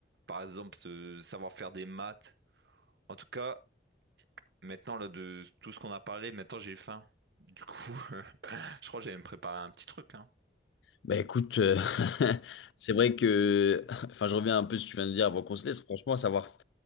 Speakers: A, on the right; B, on the left.
A: par exemple, se- savoir faire des maths. En tout cas, maintenant, là, de tout ce qu'on a parlé, maintenant, j'ai faim. Du coup, <laughs> je crois que j'allais me préparer un petit truc, hein.
B: Bah écoute, euh, <laughs> c'est vrai que, enfin je reviens un peu si tu viens de dire avant qu'on se laisse, franchement savoir,